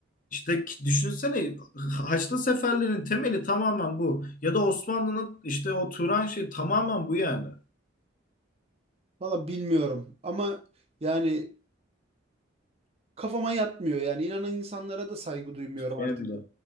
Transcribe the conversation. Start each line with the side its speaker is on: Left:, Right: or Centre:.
Left: İşte ki- düşünsene Haçlı seferlerin temeli tamamen bu. Ya da Osmanlı'nın işte o Turan şey tamamen bu yani.
Right: Valla bilmiyorum ama yani kafama yatmıyor. Yani inanan insanlara da saygı duymuyorum artık.
Left: Benim de.